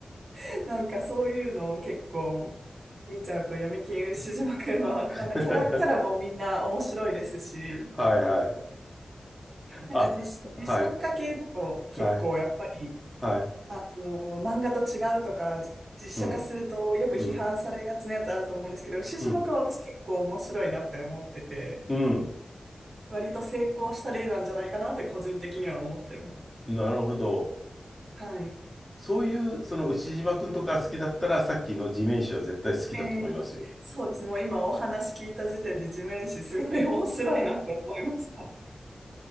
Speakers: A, on the right; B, on the left.
A: <laughs> なんかそういうのを結構見ちゃうと、闇金牛島くんは、
B: <laughs>
A: あの、キャラ、キャラもみんな面白いですし、
B: はいはい。
A: なんか実、
B: あ、はい、
A: 実写化系だと結構やっぱり、
B: はい、はい。
A: あの、漫画と違うとか、じ実写化するとよく批判されがちなやつあると思うんですけど、
B: うん、うん、
A: 牛島君は私結構面白いなって思ってて、
B: うん、うん。
A: 割と成功した例なんじゃないかなって個人的には思ってます。
B: なるほど。
A: はい。
B: そういう、その牛島くんとか好きだったら、さっきの地面師は絶対好きだと思いますよ。
A: ええそうですね。もう今お話聞いた時点で地面師すごい面白いなって思いました。